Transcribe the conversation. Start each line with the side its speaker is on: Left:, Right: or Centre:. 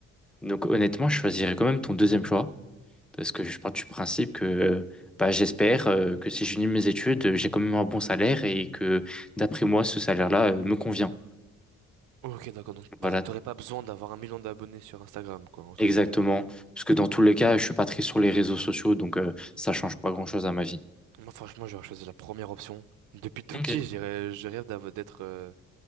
Centre: Donc honnêtement, je choisirais quand même ton deuxième choix, parce que je pars du principe que euh, bah, j'espère euh, que si j'unis mes études, euh, j'ai quand même un bon salaire et que d'après moi, ce salaire-là euh, me convient.
Right: Ok, d'accord, donc
Centre: Voilà,
Right: t'aurais t'aurais pas besoin d'avoir un million d'abonnés sur Instagram, quoi, entre
Centre: exactement.
Right: guillemets.
Centre: Parce que dans tous les cas, je suis pas très sur les réseaux sociaux, donc euh, ça change pas grand-chose à ma vie.
Right: Moi, franchement, j'aurais choisi la première option. Depuis tout
Centre: Ok.
Right: petit, j'ai rê- je rêve d'av- d'être, euh,